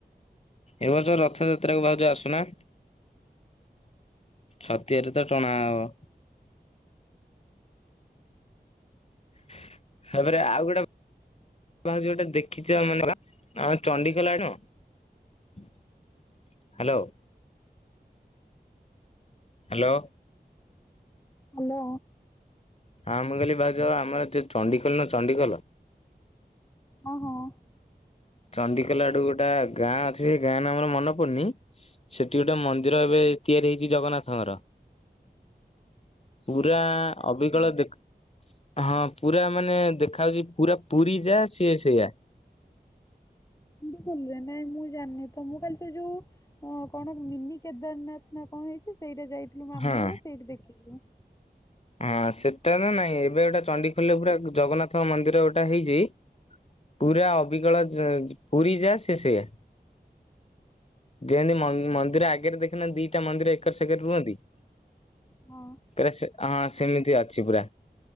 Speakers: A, on the left; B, on the left.
A: ଏ ବର୍ଷ ରଥଯାତ୍ରା କୁ ଭାଉଜ ଆସୁନା? ଛତିଆରେ ତ ଟଣା ଅବ। <inaudible> ତାପରେ ଆଉ ଗୋଟକୁ ଭାଉଜଟେ ଦେଖିଛ ମନେ ବା ଆମ ଚଣ୍ଡିଖୋଲ ଆଡ଼। ହ୍ୟାଲୋ। ହାଲୋ।
B: ହାଲୋ।
A: ହଁ ମୁଁ କହିଲି ଭାଉଜ ଆମର ଚ ଚଣ୍ଡିଖୋଲନ ଚଣ୍ଡିଖୋଲ।
B: ହଁ ହଁ।
A: ଚଣ୍ଡିକେଲ ଆଡ଼କୁ ଗୋଟା ଗାଁ ଅଛି ଗାଁ ନାଁ ମୋର ମନପଡ଼ୁନି। ସେଠି ଗୋଟେ ମନ୍ଦିର ଏବେ ତିଆରି ହେଇଛି ଜଗନ୍ନାଥଙ୍କର।
B: <inaudible>
A: ପୁରା
B: ଜଗନ୍ନାଥଙ୍କର?
A: ଅବିକଳ ଦେଖ୍ ହଁ ପୁରା ମାନେ ଦେଖା ଯାଉଛି ପୁରା ପୁରୀ ଯା ସିଏ ସେଇଆ।
B: ଦି ଖୋଲରେ ନାଇଁ ମୁଁ ଜାନି ତ ମୁଁ କାଲି ସେ ଯୋଉ ହଁ କଣ ମିନି କେଦାରନାର୍ଥ ନାଁ କଣ ହେଇଛି ସେଇଟା ଯାଇଥିଲୁ ମାମୁଁ
A: ହଁ
B: ଘର ସେଇଠି ଦେଖିଛୁ।
A: ହଁ ସେଟାର ନାଇଁ ଏବେ ଗୋଟା ଚଣ୍ଡିଖୋଲରେ ପୁରା ଜଗନ୍ନାଥ ମନ୍ଦିର ଗୋଟା ହେଇଛି। ପୁରା ଅବିକଳ ଜ ଜି ପୁରୀ ଯା ସେ ସେଇଆ। ଯେମ୍ତି ମ ମନ୍ଦିର ଆଗେରେ ଦେଖିନା ଦିଟା ମନ୍ଦିର ଏଖର ସେକରେ ରୁହନ୍ତି।
B: ହଁ।
A: କାରେ ସେ ହଁ ସେମିତି ଅଛି ପୁରା।